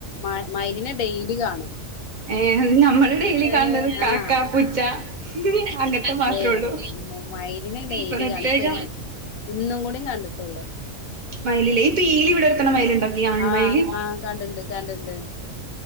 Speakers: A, on the left; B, on the right.
A: മ മയിലിനെ ഡെയിലി കാണും
B: ഏ നമ്മള് ഡെയിലി
A: ഞാന്
B: കണത് കാക്ക
A: ആഹ്
B: പുച്ച അംഗത്തെ മാത്ര
A: ഏയ്
B: ഉള്ളു
A: മയിലിനെ ഡെയിലി
B: പ്രത്യേക
A: കാണും ഇപ്പൊ ഇന്ന് ഇന്നും കൂടി കണ്ടിട്ടുള്ളു
B: ആ ഈ പീലി വിടർത്തുന്ന മയില്ണ്ടോ ആൺ
A: ആഹ്
B: മയിൽ
A: ആഹ് കണ്ടിണ്ട് കണ്ടിണ്ട്